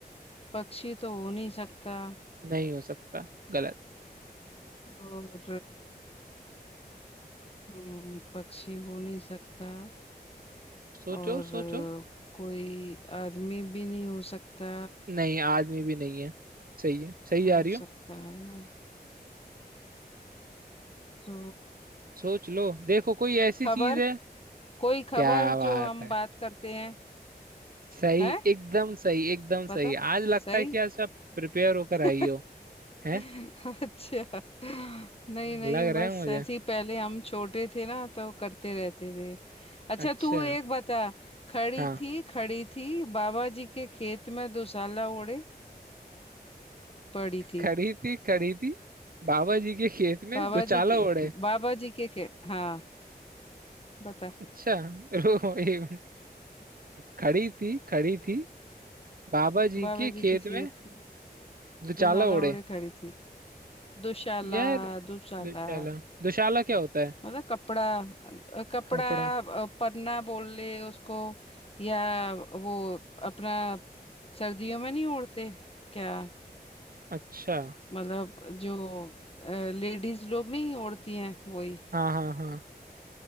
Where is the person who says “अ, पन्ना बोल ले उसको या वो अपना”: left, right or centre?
Left